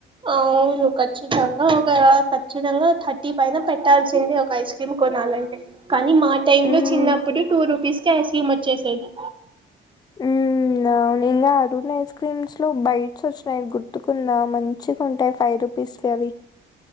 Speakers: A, on the right; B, on the left.
A: అవును ఖచ్చితంగా ఒక ఖచ్చితంగా థర్టీ పైన పెట్టాల్సింది ఒక ఐస్ క్రీమ్ కొనాలంటే కానీ మా టైమ్
B: మ్మ్
A: లో చిన్నప్పుడు టూ రూపీస్ కే ఐస్ క్రీమ్ వచ్చేసేది
B: మ్మ్ ఇంకా అరుణ ఐస్ క్రీమ్స్ లో బైట్స్ వచ్చినాయి గుర్తుకుందా మంచిగా ఉంటాయి ఫైవ్ రూ పిస్ లో అవి